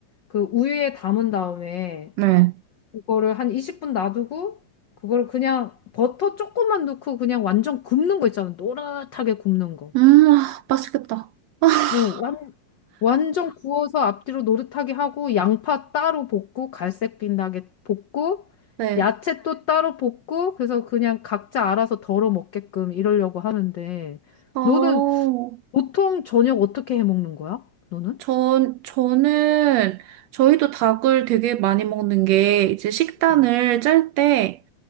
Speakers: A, on the left; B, on the right.
A: 그 우유에 담은 다음에
B: 네.
A: 그거를 한 20분 놔두고 그거를 그냥 버터 조금만 넣고 그냥 완전 굽는 거 있잖아. 노릇하게 굽는 거.
B: 음, 아, 맛있겠다. <laughs>
A: 오, 완, 완전 구워서 앞뒤로 노릇하게 하고 양파 따로 볶고 갈색 빛나게 볶고
B: 네.
A: 야채 또 따로 볶고 그래서 그냥 각자 알아서 덜어 먹게끔 이러려고 하는데
B: 어.
A: 너는 보통 저녁 어떻게 해 먹는 거야? 너는?
B: 전, 저는, 저희도 닭을 되게 많이 먹는 게, 이제 식단을
A: 응,
B: 짤 때,